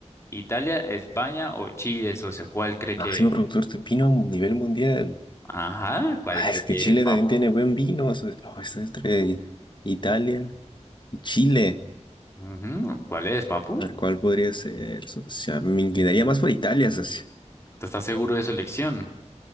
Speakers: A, on the left; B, on the left.
A: ¿Italia, España o Chile, socio? ¿Cuál cree
B: Máximo
A: que es?
B: productor de vino a nivel mundial.
A: Ajá, ¿cuál
B: Ah,
A: cree
B: es
A: que
B: que Chile
A: es, papu?
B: también tiene buen vino, socio. Oh, está entre Italia y Chile.
A: Ujú, ¿Cuál es, papu?
B: A ver, ¿cuál podría ser, socio? Ah, Me inclinaría más por Italia, socio.
A: ¿Tú estás seguro de su elección?